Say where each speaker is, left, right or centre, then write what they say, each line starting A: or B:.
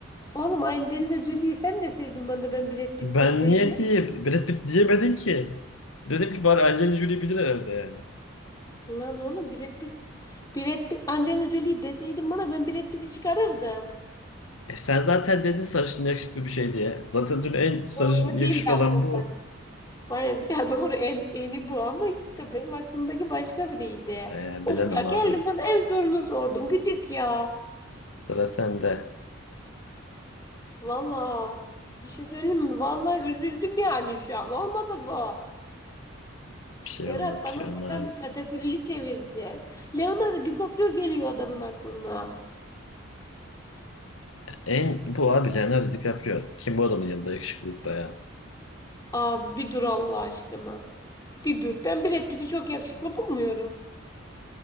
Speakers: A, on the left; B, on the left.
A: oğlum Angelina Jolie'yi sen deseydin bana da ben Brad Pitt
B: Ben
A: deseydim.
B: niye diye Brad Pitt diyemedin ki? Dedim ki bari Angelina Jolie bilir herhalde yani.
A: Lan oğlum Brad Pitt Brad Pitt Angelina Jolie'yi deseydin bana ben Brad Pitt'i çıkarırdım.
B: E sen zaten dedin sarışın yakışıklı bir şey diye. Zaten dün en sarışın
A: O yo
B: yakışıklı
A: değildi aklımda.
B: olan bu.
A: Var ya, ya doğru en eni bu ama işte benim aklımdaki başka biriydi.
B: E,
A: Of
B: bilemem
A: ya
B: abi.
A: geldim bana en zorunu sordun gıcık ya.
B: Sıra sende.
A: Valla bir şey söyleyeyim mi? Vallahi üzüldüm yani şu an. Olmadı bu.
B: Bir şey
A: Berat
B: olmaz,
A: bana
B: bir şey olmaz.
A: buradan bir katakulli çevirdin. Leonardo DiCaprio geliyor adamın aklına.
B: En bu abi Leonardo DiCaprio. Kim bu adamın yanında yakışıklılıkta ya.
A: Abi bir dur Allah aşkına. Bir dur. Ben Brad Pitt'i çok yakışıklı bulmuyorum.